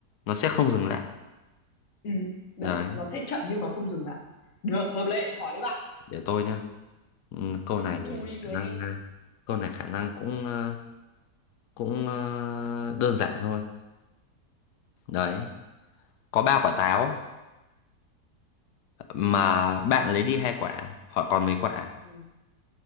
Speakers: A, on the left; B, on the left.
A: nó sẽ không dừng lại
B: Ừ, đấy,
A: đấy
B: nó sẽ chậm nhưng mà không dừng lại. Được, hợp lệ, hỏi đi bạn.
A: để tôi nhá ừ, câu
B: Hãy
A: này
B: phục thù đi
A: khả
B: người
A: năng
B: anh em.
A: ờ, câu này khả năng cũng ờ, cũng ờ, đơn giản thôi đấy có ba quả táo mà bạn lấy đi hai quả họ còn mấy quả
B: Ừ,